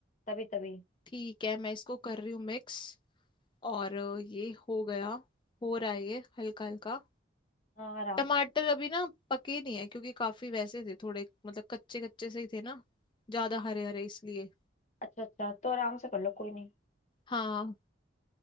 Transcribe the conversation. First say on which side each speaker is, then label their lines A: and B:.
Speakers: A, on the left (about 40°); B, on the left (about 25°).
A: तभी तभी
B: ठीक है मैं इसको कर रही हूँ मिक्स और अ, ये हो गया हो रहा है ये हल्का हल्का
A: हाँ आराम
B: टमाटर
A: से करो
B: अभी ना पके नहीं है क्योंकि काफी वैसे थे थोड़े मतलब कच्चे कच्चे से ही थे ना ज्यादा हरे हरे इसलिए
A: अच्छा अच्छा तो आराम से कर लो कोई नहीं
B: हाँ